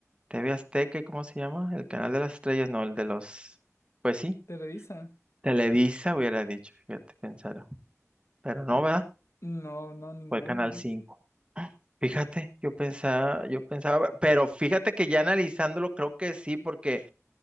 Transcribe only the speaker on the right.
TV Azteca y ¿cómo se llama? El Canal de las Estrellas, no, el de los, pues sí,
Televisa hubiera dicho, fíjate, pensar. Pero no,
¿verdad?
Fue el Canal Cinco. Fíjate, yo pensaba, yo pensaba, pero fíjate que ya analizándolo creo que sí, porque